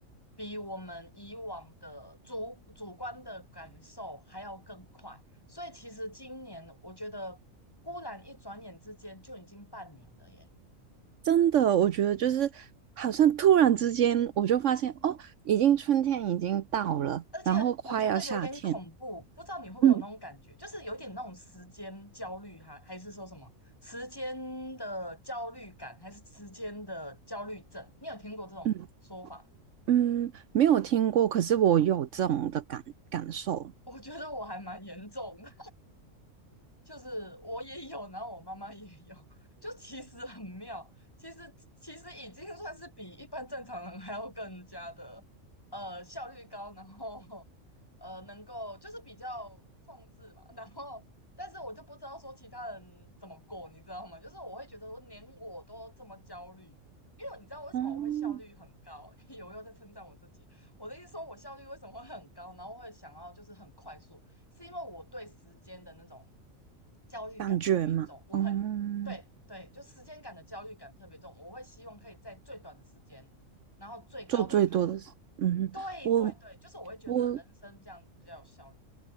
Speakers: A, on the left; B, on the right.
A: 比我们以往的主主观的感受还要更快。所以其实今年我觉得，忽然一转眼之间就已经半年了耶，
B: 真的，我觉得就是好像突然之间，我就发现哦，已经春天已经到了，
A: 而且我觉得有点恐怖，
B: 然后快要夏天，
A: 不知道你会不会有那种感觉，
B: 嗯。
A: 就是有点那种时间焦虑，还还是说什么时间的焦虑感，还是时间的焦虑症？你有听过这种说法？
B: 嗯
A: <laughs>
B: 嗯，没有听过，可是我有这种的感感受，
A: 我觉得我还蛮严重的。就是我也有，然后我妈妈也有，就其实很妙，其实其实已经算是比一般正常人还要更加的呃效率高，然后呃能够就是比较控制嘛，然后但是我就不知道说其他人怎么过，你知道吗？就是我会觉得我连我都这么焦虑。因为你知道为什么我会效率很高？
B: 哦，
A: <laughs> 我又在称赞我自己。我的意思说，我效率为什么会很高？然后会想要就是很快速，是因为我对时间的那种焦虑感特别重，
B: 感觉嘛，
A: 我很对对，
B: 嗯，
A: 就时间感的焦虑感特别重，我会希望可以在最短的时间，然后最高的产能。
B: 做最多的是，嗯，
A: 对对对，
B: 我
A: 就是我会觉得人生这样子比较有效率。
B: 我